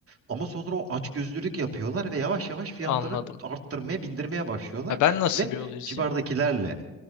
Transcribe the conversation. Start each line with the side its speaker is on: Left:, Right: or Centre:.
Right: Ama sonra o açgözlülük yapıyorlar ve yavaş yavaş fiyatları
Left: Anladım.
Right: arttırmaya, bindirmeye başlıyorlar
Left: Ya ben nasıl
Right: ve
Left: bir yol izleyeyim?
Right: civardakilerle